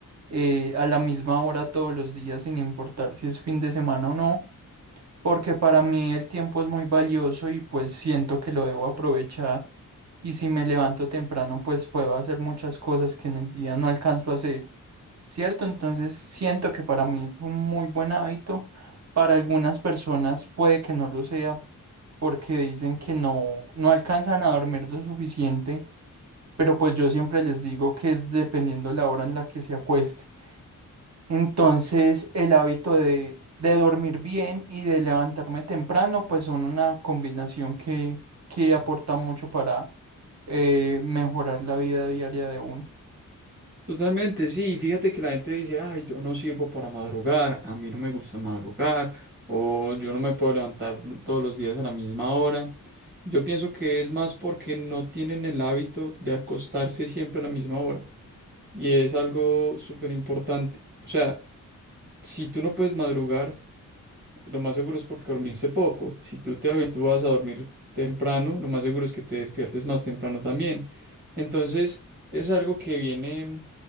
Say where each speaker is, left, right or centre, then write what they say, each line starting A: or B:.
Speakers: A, on the right (about 50°); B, on the right (about 30°).
A: eh, a la misma hora todos los días, sin importar si es fin de semana o no porque para mí el tiempo es muy valioso y pues siento que lo debo aprovechar y si me levanto temprano pues puedo hacer muchas cosas que en el día no alcanzo a hacer, ¿cierto? Entonces siento que para mí es un muy buen hábito, para algunas personas puede que no lo sea porque dicen que no, no alcanzan a dormir lo suficiente, pero pues yo siempre les digo que es dependiendo la hora en la que se acueste. Entonces, el hábito de, de dormir bien y de levantarme temprano, pues son una combinación que, que aporta mucho para eh, mejorar la vida diaria de uno.
B: Totalmente, sí. Fíjate que la gente dice, ay, yo no sirvo para madrugar, a mí no me gusta madrugar, o yo no me puedo levantar todos los días a la misma hora. Yo pienso que es más porque no tienen el hábito de acostarse siempre a la misma hora. Y es algo súper importante. O sea, si tú no puedes madrugar, Lo más seguro es porque dormiste poco. Si tú te habitúas a dormir temprano, lo más seguro es que te despiertes más temprano también. Entonces, es algo que viene,